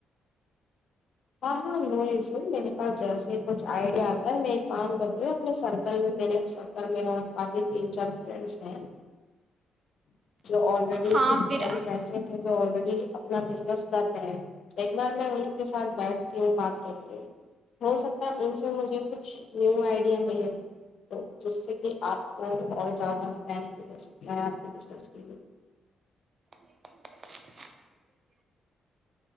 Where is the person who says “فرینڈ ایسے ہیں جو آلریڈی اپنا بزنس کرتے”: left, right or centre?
Left